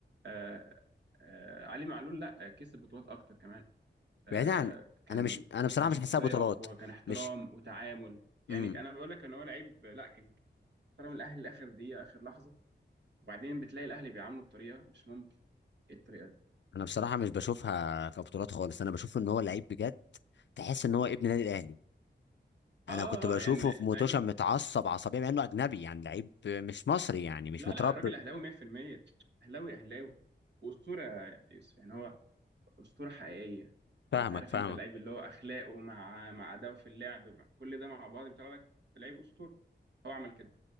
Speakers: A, on the right (about 65°); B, on the left (about 70°).
A: آه آه علي معلول لا آه، كسب بطولات أكتر كمان آه
B: بعيدا عن
A: كان
B: انا مش انا بصراحة
A: كان شخصية
B: مش حاسسها بطولات
A: أقوى كان احترام
B: مش
A: وتعامل يعني
B: امم
A: أنا بقول لك إن هو لعيب لا كان خرج من الاهلي لاخر دقيقه اخر لحظه وبعدين بتلاقي الاهلي بيعامله بطريقه مش ممكن ايه الطريقه دي
B: انا بصراحة مش بشوفها كبطولات خالص انا بشوف ان هو لعيب بجد تحس ان هو ابن النادي الاهلي انا
A: اه
B: كنت
A: اه
B: بشوفه
A: آه، يعني لا-
B: في
A: لعيب
B: موتوشا متعصب عصبيه مع انه اجنبي يعني لعيب مش مصري يعني مش
A: لا
B: متربي
A: لا الراجل اهلاوي 100% اهلاوي اهلاوي واسطوره يا يوسف يعني هو اسطوره حقيقيه
B: فاهمك
A: انت عارف
B: فاهمك
A: انت اللعيب اللي هو اخلاقه مع مع اداؤه في اللعب مع كل ده مع بعض بيطلع لك لعيب اسطوره هو عمل كده